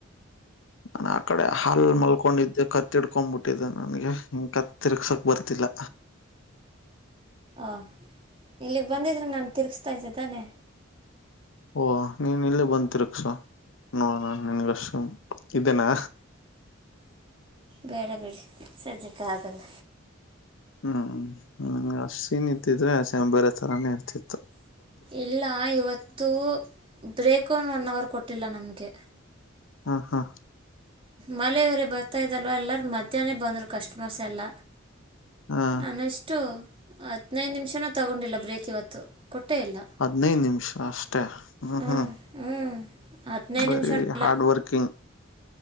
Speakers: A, on the left; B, on the right.
A: ನಾನ ಆ ಕಡೆ ಹಾಲ್ ಮಲ್ಕೊಂಡಿದ್ದೆ ಕತ್ತಿಡ್ಕೊಂಡ್ಬಿಟ್ಟು ಟ್ಟ ನನಗೆ ಹಿ ಕತ್ ತಿರ್ಗ್ಸ ವರ್ತಿಲ್ಲ
B: ಾ ಇಲ್ಲಿಗೆ ಬಂದಿದ್ರೆ ನಾನು ತಿರ್ಗ್ಿಸತಾ ಇದ್ದೆ ತಾನೆ
A: ಓ ನೀನ್ ಇಲ್ಲಿ ಬಂತ ತಿರುಕ್ಷಸ ಅನ್ನು ನನಗೆಷ್ಟ ಇದನಾ
B: ಬೆಳ ಬೆಡಿಿ ಸ ಚಕ್ಕಾದಲ್ಲ
A: ಹ್ಮ್ ಹ್ಮ್ ಅಷ್ಟನ್ ಇದ್ದಿದ್ರೆ ಬೇರೆ ತರಾನೇ ಇರ್ತಿ
B: ಇಲ್ಲ ಇವತ್ತು ಬ್ರೇಕ್ನ್ ಒನ್ ಅವರ್ ಕೊಟ್ಟಿಲ್ಲ ನಮಗೆ
A: ಹಾ ಹಾ
B: ಮಳೆಯವರೆ ಬರ್ತಾ ಇದಲ್ವ ಎಲ್ಲರ ಮಧ್ಯಾಹ್ನನೆ ಬಂದ್ರು ಕಸ್ಟಮರ್ಸ್ ಎಲ್ಲ
A: ಹಾ
B: ನಾನು ಎಷ್ಟು ಹದ್ಿನೈದು ನಿಮಿಷನೂ ತಗೊಂಡಿಲ್ಲ ಬ್ರೇಕ್ ಇವತ್ತು ಕೊಟ್ಟೇ ಇಲ್ಲ
A: ಹದ್ನೈದು ನಿಮಿಷ ಅಷ್ಟೇ ಹ್ಮ
B: ಹ್ಞೂ
A: ಹಾ
B: ಹ್ಞೂ ಹದಿನೈದು
A: ವೆರಿ
B: ನಿಮಿಷನೂ ಇಲ್ಲ
A: ಹಾರ್ಡ್ ವರ್ಕಿಂಗ್